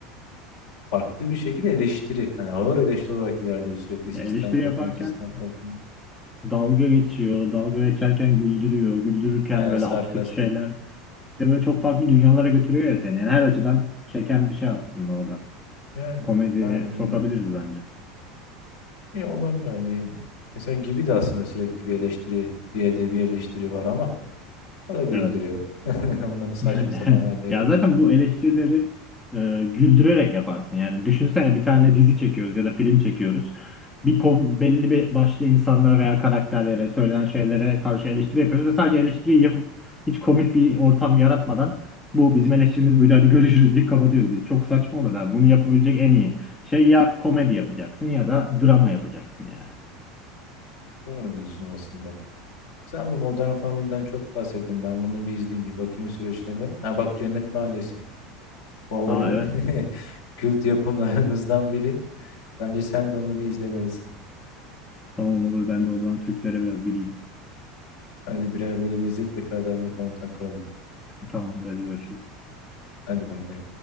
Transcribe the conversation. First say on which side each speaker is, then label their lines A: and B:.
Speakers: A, on the left (about 60°); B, on the left (about 15°).
A: farklı bir şekilde eleştiri. Hani ağır eleştiri olarak ilerliyor sürekli sistem,
B: Ya eleştiri
A: toplum,
B: yaparken
A: sistem, toplum.
B: Dalga geçiyor. Dalga geçerken güldürüyor. Güldürürken
A: Aynen
B: böyle
A: sarkastik.
B: absürt şeyler. Bir de böyle çok farklı dünyalara götürüyor ya seni. Yani her açıdan çeken bir şey aslında o da.
A: Yani
B: Komediye
A: hani, hani
B: sokabiliriz bence.
A: e, olabilir hani mesela gibi de aslında sürekli bir eleştiri, bir edebi eleştiri var ama o da güldürüyor.
B: Evet.
A: <laughs> Onların saçma
B: <laughs>
A: sapan halleri.
B: Ya zaten bu eleştirileri e, güldürerek yaparsın. Yani düşünsene bir tane dizi çekiyoruz ya da film çekiyoruz. Bir kon- belli bir başlı insanlara veya karakterlere, söylenen şeylere karşı eleştiri yapıyoruz ve sadece eleştiriyi yapıp hiç komik bir ortam yaratmadan bu bizim eleştirimiz buydu hadi görüşürüz deyip kapatıyoruz diye. Çok saçma olur da Bunu yapabilecek en iyi şey ya komedi yapacaksın ya da drama yapacaksın yani.
A: Doğru diyorsun aslında. Sen bu Modern Family'den çok bahsettin. Ben bunu bir izleyeyim, bir bakayım süreçlerine. Ha bak Cennet Mahallesi. Favori
B: Aa evet.
A: <laughs> kült yapımlarımızdan biri. Bence sen de onu bir izlemelisin.
B: Tamam olur ben de o zaman Türklere biraz gireyim.
A: Hadi birer bölüm izleyip tekrardan bir kontak kuralım.
B: Tamamdır hadi görüşürüz.
A: Hadi bay bay.